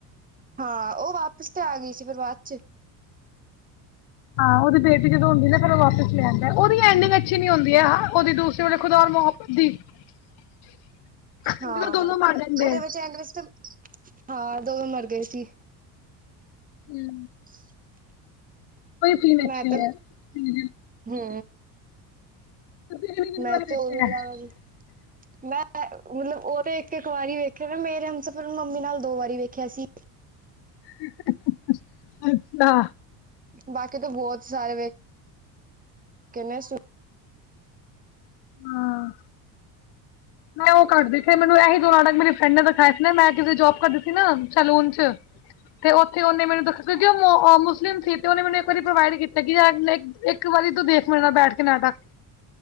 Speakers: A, on the right; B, on the left.
A: ਹਾਂ ਉਹ ਵਾਪਿਸ ਤੇ ਆ ਗਈ ਸੀ ਫਿਰ ਬਾਅਦ ਚ।
B: ਹਾਂ, ਉਹਦੀ ਬੇਟੀ ਜਦੋਂ ਹੁੰਦੀ ਨਾਂ ਫਿਰ ਉਹ ਵਾਪਿਸ ਲੈ ਆਂਦਾ। ਉਹਦੀ ਐਡਿੰਗ ਅੱਛੀ ਨੀਂ ਹੁੰਦੀ ਏ ਉਹਦੀ ਦੂਸਰੇ ਵਾਲੇ ਖੁਦਾ ਮੁਹੰਮਦ ਦੀ। <unintelligible>
A: ਹਾਂ,
B: ਦੋਨੋਂ ਮਰ ਜਾਂਦੇ
A: ਉਹਦੇ
B: ਹੈ
A: ਵਿੱਚ ਐਂਡ ਵਿੱਚ ਹਾਂ, ਦੋਵੇਂ ਮਰ ਗਏ ਸੀ।
B: ਹਂ।
A: <unintelligible>
B: ਸੀਨ
A: ਮੈਂ
B: ਅੱਛੇ
A: ਤੇ,
B: ਹੈ ਸੀਰੀਅਲ
A: ਹਂ
B: ਤੁਸੀਂ ਕਿੰਨੀ ਕਿੰਨੀ
A: ਮੈਂ
B: ਵਾਰੀ
A: ਤੇ
B: ਦੇਖੇ ਹੈ
A: <unintelligible>
B: <inaudible>
A: ਮੈਂ ਮਤਲਬ ਉਹ ਤੇ ਇੱਕ-ਇੱਕ ਵਾਰੀ ਵੇਖਿਆ ਨਾਂ ਮੇਰੇ ਹਮਸ ਫਿਰ ਮੰਮੀ ਨਾਲ ਦੋ ਵਾਰੀ ਵੇਖਿਆ ਸੀ।
B: <unintelligible> ਅੱਛਾ।
A: ਬਾਕੀ ਤਾਂ ਬਹੁਤ ਸਾਰੇ ਵੇਖੇ ਨੇਂ <unintelligible>
B: ਹਾਂ ਮੈਂ ਉਹ ਕਰਦੀ ਸੀ ਮੈਨੂੰ ਇਹੀ ਦੋ ਨਾਟਕ ਮੇਰੀ ਫਰੈਂਡ ਨੇਂ ਦਿਖਾਏ ਸੀ ਨਾਂ ਮੈਂ ਕਿਸੇ ਜੋਬ ਕਰਦੀ ਸੀ ਨਾਂ ਸਲੂਨ ਚ ਤੇ ਉੱਥੇ ਉਹਨੇ ਮੈਨੂੰ ਦੱਸਿਆ ਕਿਉਂਕਿ ਉਹ ਮੁਸਲਿਮ ਸੀ, ਤੇ ਉਹਨੇ ਮੈਨੂੰ ਇੱਕ ਵਾਰੀ ਪ੍ਰੋਵਾਈਡ ਕੀਤਾ ਕਿ <unintelligible> ਇੱਕ ਵਾਰੀ ਤੋਂ ਦੇਖ ਮੇਰੇ ਨਾਲ ਬੈਠ ਕੇ ਨਾਟਕ